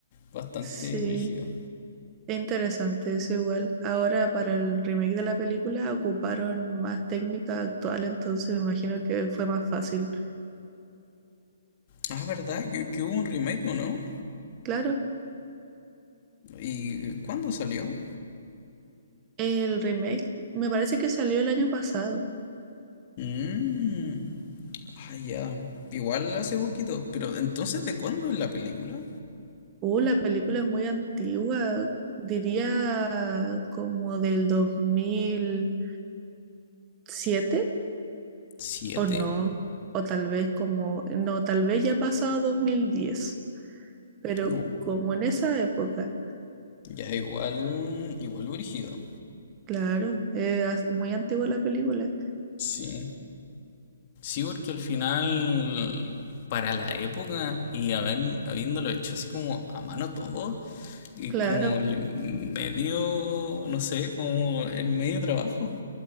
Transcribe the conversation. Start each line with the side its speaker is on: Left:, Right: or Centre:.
Left: bastante
Right: Sí,
Left: brígido.
Right: es interesante eso igual. Ahora para el remake de la película ocuparon más técnica actual, entonces me imagino que fue más fácil.
Left: Ah, ¿verdad? Que, que hubo un remake, ¿o no?
Right: Claro,
Left: ¿Y cuándo salió?
Right: el remake me parece que salió el año pasado.
Left: Mm, ah, ya. Igual hace poquito. Pero entonces, ¿de cuándo es la película?
Right: Uh, la película es muy antigua, diría como del dos mil siete
Left: Siete.
Right: O no, o tal vez como, no, tal vez ya ha pasado dos mil diez pero
Left: Uh,
Right: como en esa época,
Left: ya, igual, igual brígido.
Right: claro, eh, as- muy antigua la película,
Left: Sí. Sí, porque al final, para la época y haber, habiéndolo hecho así como a mano todo, y
Right: claro,
Left: como el medio, no sé, como el medio trabajo,